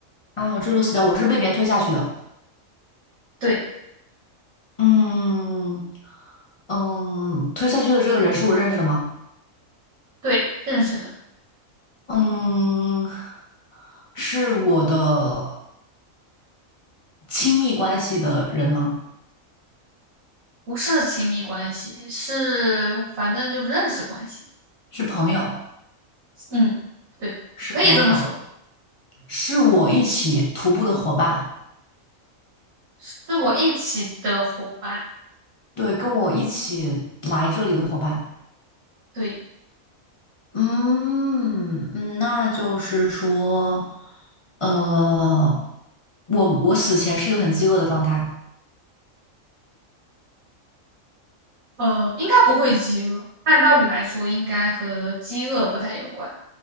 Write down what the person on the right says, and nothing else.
对
对，认识的，
不是亲密关系，是反正就是认识关系。
嗯，对，
可以这么说，
是我一起的伙伴。
对，
呃，应该不会饥饿，按道理来说应该和饥饿不太有关，